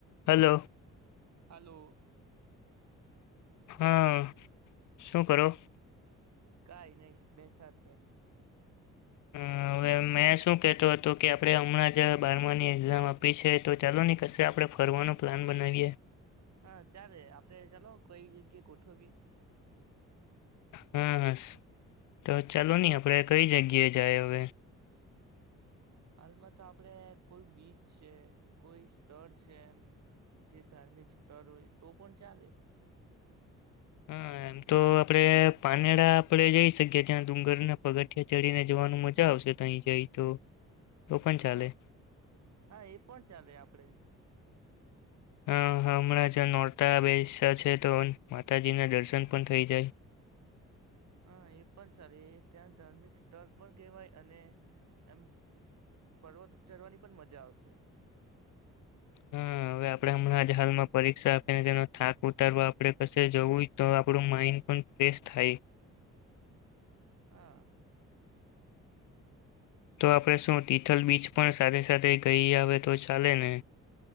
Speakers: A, on the left; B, on the right.
A: Hello.
B: Hello.
A: હા, શું કરો?
B: કાઈ નહીં બેયસા છે.
A: હમ્મ, હવે મેં શું કહેતો હતો કે આપણે હમણાં જ બારમાની એક્ઝામ આપી છે તો ચાલો ની કશે આપણે ફરવાનો પ્લાન બનાવીએ.
B: હા ચાલે, આપડે ચાલો કઈ જગ્યા ગોઠવીએ.
A: હમ્મ, તો ચાલો ની આપણે કઈ જગ્યાએ જાયે હવે?
B: હાલમાં તો આપડે કોઈ બીચ છે, કોઈ સ્થળ છે એમ જે ધાર્મિક સ્તર હોય તો પણ ચાલે.
A: હા એમ તો આપડે પારનેરા આપડે જઈ શકીએ ત્યાં ડુંગરના પગથિયા ચડીને જવાનું મજા આવશે તહી જઈ તો તો પણ
B: હા
A: ચાલે
B: હા એ પણ ચાલે આપડે
A: હમ્મ, હમણાં જ્યા નોરતા બેઈસા છે તો માતાજીના દર્શન પણ થઈ જાય.
B: હા, એ પણ સારી એ ત્યાં ધાર્મિક સ્થળ પણ કહેવાય અને એમ પર્વત ચઢવાની પણ મજા આવશે.
A: હા હવે આપણેે હમણાં જ હાલમાં પરીક્ષા આપીને તેનો થાક ઉતારવા આપણે કશે જવું તો આપણું માઈન્ડ પણ ફ્રેશ થાય.
B: હા.
A: તો આપણે શું તિથલ બીચ પણ સાથે સાથે ગઈ આવે તો ચાલે ને?